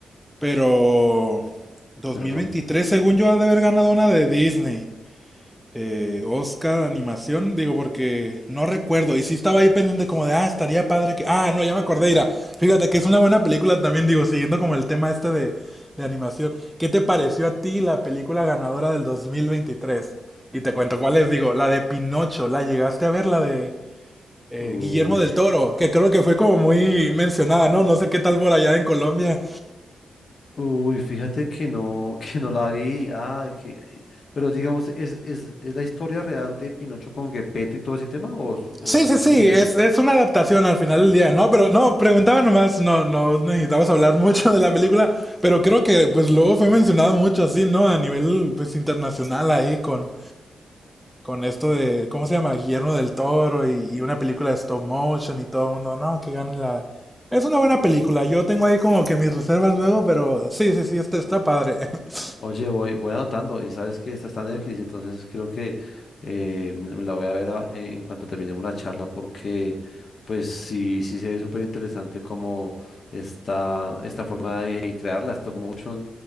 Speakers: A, in the centre; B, on the left.
A: pero dos
B: Pero
A: mil
B: no.
A: veintitrés según yo ha de haber ganado una de Disney. Eh, Oscar animación, digo porque no recuerdo y sí estaba ahí pendiente como de, ah, estaría padre que... Ah, no, ya me acordé, mira, fíjate que es una buena película también, digo, siguiendo como el tema este de, de animación. ¿Qué te pareció a ti la película ganadora del 2023? Y te cuento cuál es, digo, la de Pinocho, ¿la llegaste a ver, la de eh,
B: Uy.
A: Guillermo del Toro, que creo que fue como muy mencionada, ¿no? No sé qué tal por allá en Colombia.
B: Uy, fíjate que no, <laughs> que no la vi. Ah, que, pero digamos, ¿es, es, es la historia real de Pinocho con Gepetto y todo ese tema? ¿O, es o
A: Sí,
B: es
A: sí,
B: muy
A: sí,
B: diferente?
A: es, es una adaptación al final del día, ¿no? Pero no, preguntaba nomás, no, no necesitabas hablar <laughs> mucho de la película, pero creo que pues luego fue mencionado mucho así, ¿no? A nivel pues internacional ahí con, con esto de, ¿cómo se llama? Guillermo del Toro y, y una película de stop motion y todo el mundo, no, que gane la... Es una buena película, yo tengo ahí como que mis reservas luego, pero sí, sí, sí, está, está padre. <laughs>
B: Oye, voy, voy anotando y sabes que esta está en Netflix, entonces creo que eh, me me la voy a ver a- eh, en cuanto terminemos la charla porque pues sí, sí se ve súper interesante como esta, esta forma de crear la stop motion.